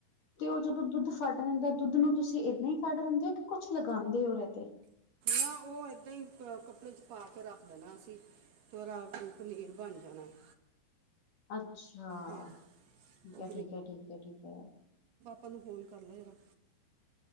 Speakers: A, on the left; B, on the right.
A: ਤੇ ਉਹ ਜਦੋਂ ਦੁੱਧ ਫਟ ਜਾਂਦਾ ਦੁੱਧ ਨੂੰ ਤੁਸੀਂ ਏਦਾਂ ਹੀ ਕੱਢ ਦਿੰਦੇ ਹੋ ਕਿ ਕੁਛ ਲਗਾਉਂਦੇ ਹੋ ਉਹਦੇ ਤੇ।
B: ਨਾ ਉਹ ਇਦਾਂ ਹੀ ਕੱਪੜੇ ' ਪਾ ਕੇ ਰੱਖ ਦੇਣਾ ਅਸੀਂ ਦਾ ਪਨੀਰ ਬਣ ਜਾਣਾ। <inaudible>
A: ਅੱਛਾ,
B: ਹਾਂ
A: ਠੀਕ
B: ਉਹ
A: ਐ, ਠੀਕ ਐ, ਠੀਕ ਐ, ਠੀਕ ਐ।
B: ਤੁਹਾਨੂੰ ਫੋਨ ਕਰ ਲੈ ਜਹੜ